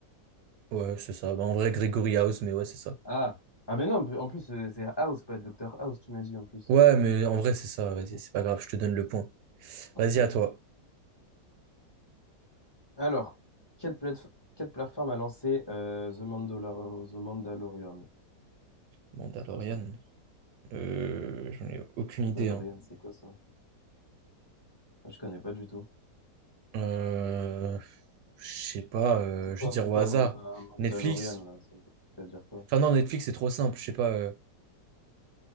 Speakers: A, on the right; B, on the left.
A: Ouais, c'est ça. Bah, en vrai, Gregory House, mais ouais, c'est ça.
B: Ah! Ah, mais non, en plus, euh, c'est House, pas Doctor House, tu m'as dit en plus.
A: Ouais, mais en vrai, c'est ça.
B: Ah,
A: Vas-y,
B: Ok,
A: c'est pas grave, je te donne le point.
B: ok.
A: Vas-y, à toi.
B: ok. Alors, quelle, plate- quelle plateforme a lancé euh, The Mandalor- The Mandalorian?
A: Mandalorian.
B: C'est quoi ça?
A: Euh, j'en ai aucune
B: Mandalorian,
A: idée, hein.
B: c'est quoi ça? Ah, Je connais pas du tout.
A: Euh, je sais pas, euh,
B: C'est quoi,
A: je vais dire
B: c'est
A: au
B: quoi
A: hasard.
B: Man- un Mandalorian
A: Netflix?
B: là? Ça ça veut dire quoi?
A: Enfin non, Netflix, c'est trop simple. Je sais pas. euh,